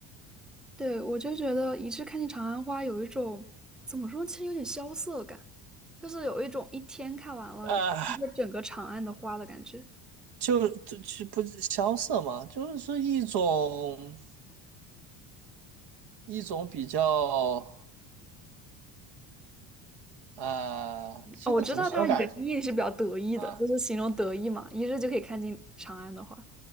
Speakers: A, in the centre; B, on the right (about 55°).
A: 对，我就觉得一日看尽长安花有一种怎么说，其实有点萧瑟感，就是有一种一天看完了一个整个长安的花的感觉。
B: 呃，就就就不是萧瑟嘛，就是一种一种比较呃，现在怎么形容感
A: 哦，我知道它原意是比较得意的，
B: 啊？
A: 就是形容得意嘛，一日就可以看尽长安的花。